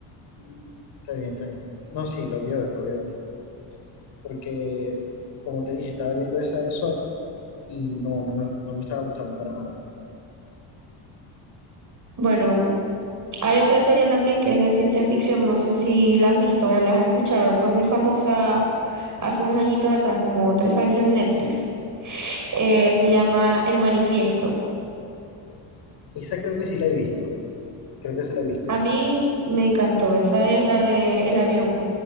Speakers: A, on the left (about 55°); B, on the right (about 40°).
A: Mm, Está bien, está bien. No, sí, lo voy a ver, lo voy a ver. Porque, como te dije, estaba viendo esa de SWAT y no, no me, no me estaba gustando para nada.
B: Bueno, hay otra serie también que es de ciencia ficción, no sé si la has visto o la has escuchado, fue muy famosa hace unos añitos atrás, como tres años en Netflix, eh, se llama El Manifiesto.
A: Esa creo que sí la he visto, creo que se la he visto.
B: A mí me encantó, esa es la de el avión.